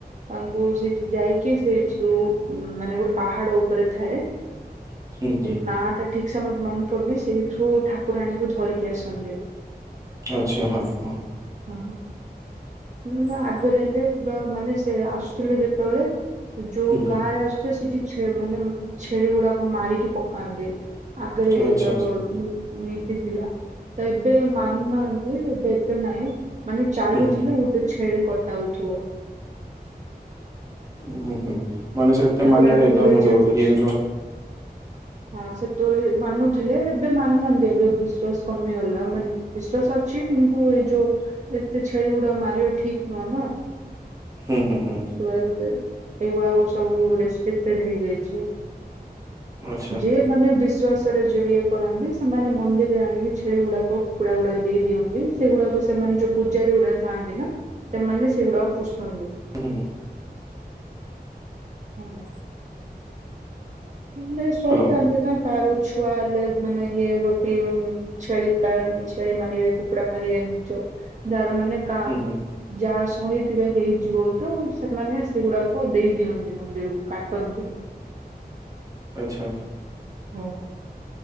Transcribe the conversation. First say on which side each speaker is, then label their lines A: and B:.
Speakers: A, on the right (about 45°); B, on the right (about 20°).
A: ତାଙ୍କୁ ସେଇଠି ଯାଇକି ସେଇଠରୁ ମାନେ ଗୋଟେ ପାହାଡ ଉପରେ ଥାଏ।
B: ହୁଁ।
A: ସେ ନା ଟା ଠିକସ ମତେ ମନେ ପଡୁନି, ସେଇଥିରୁ ଠାକୁରାଣୀଙ୍କୁ ଧରିକି ଆସନ୍ତି।
B: ଆଚ୍ଛା ହଁ ହଁ।
A: ହଁ ନା ଆଗରେ ହେଲେ ପୁରା ମାନେ ସେ ଆସୁଥିଲେ ଯେତେବେଳେ ଯୋଉ
B: ହୁଁ, ହୁଁ,
A: ଗାଁ ରେ ଆସୁଛ ସେଠି ମାନେ ଛେଳି ଗୁଡାକ ମାରିକି ପକାନ୍ତି। ଆଗରେ
B: ଆଚ୍ଛା,
A: ଏଇଗୁଡାକ
B: ଆଚ୍ଛା, ହୁଁ, ହୁଁ,
A: ନୀତି ଥିଲା ତ ଏବେ ମାନ ଏବେ ଏତେ ନହିଁ ମାନେ ଚାଲୁଥିଲେ
B: ହୁଁ, ହୁଁ,
A: ଗୋଟେ ଛେଳି କଟାଉଥିବ।
B: ଉୁଁ ହୁଁ ମାନେଷ ଏତେ
A: ଠାକୁରାଣୀଙ୍କୁ
B: ମାନ୍ୟତା
A: ଧରିକି
B: ମୁ
A: ଯିଏ ପୂଜ
B: ଇଏ
A: ହଁ ସେତେବେଳେ ମାନୁଥିଲେ ଏବେ ମାନୁନାହାନ୍ତି ଏବେ ବିଶ୍ୱାସ କମିଗଲା ମାନେ ବିଶ୍ଵାସ ଅଛି କିନ୍ତୁ ଏଇ ଯୋଉ ଏତେ ଛେଳି ଗୁଡା ମାରିବେ ଠିକ ନୁହେଁ ନା।
B: ହୁଁ ହୁଁ ହୁଁ।
A: <unintelligible> ଏଗୁଡା ସବୁ ରେସ୍ପେକ୍ଟେଡ ହେଇଯାଇଛି।
B: ଆଚ୍ଛା,
A: ଯେ ମାନେ ବିଶ୍ଵାସ। ରେ ଯଉ ଇଏ କରନ୍ତି ସେମାନେ ମନ୍ଦିରରେ ଆଣିକି ଛେଳି ଗୁଡାକ କୁଡା ଗୁଡାକ ଦେଇ ଦିଅନ୍ତି। ସେଗୁଡାକ ସେମାନେ ଯୋଉ ପୂଜାରୀ ଗୁଡାକ ଥାଆନ୍ତି ନା ସେମାନେ ସେଗୁଡାକ ପୁଷନ୍ତି।
B: ହୁଁ ହୁଁ।
A: ହଁ। ସେମାନେ ଶହିଥାନ୍ତି
B: ହ୍ୟାଲୋ,
A: ନା କାହାର ଛୁଆ ହେଲେ ମାନେ ଇଏ ବି ପି ଛେଳି କ ଛେଳି ମାରିବେ କୁକୁଡ଼ା ମାରିବେ ଏମିତି ଯ ଯାର ମାନେ କା
B: ହୁଁ, ହୁଁ,
A: ଯାହା ସହିଥିବେ ହେଇଯିବ ତ ସେମାନେ ସେଗୁଡାକ ଦେଇ ଦିଅନ୍ତି ମନ୍ଦିରକୁ କାଟନ୍ତିନି।
B: ଆଚ୍ଛା।
A: ହଁ।